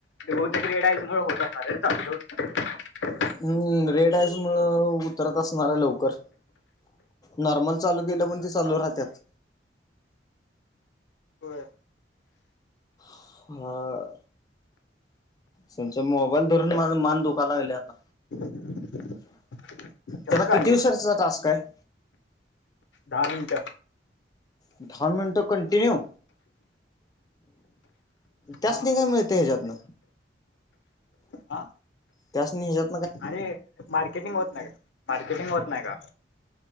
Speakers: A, on the left (about 80°); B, on the left (about 20°).
A: हो ते रेड ऑइल मुळे होता असणार चालू ठेव.
B: हम्म रेड आईज मूळ उतरत असणार आहे लवकर. नॉर्मल चालू केलं पण
A: तर आता
B: ते चालू
A: चालूच
B: राहतात.
A: नाही <inaudible> होय
B: हा आ. त्यांच्या मोबाईल धरून माझ मान दुखाला गेले आता.
A: <inaudible>
B: त्याला किती
A: खाली
B: दिवसांचा टास्क आहे.
A: दहा मिनिट.
B: दहा मिनिट कंटिन्यू. त्यास
A: हा
B: नाही काय मिळत हच्यातन
A: हा
B: त्यासनी हच्यात
A: अरे मार्केटिंग होत, नाही का मार्केटिंग होत, नाही का,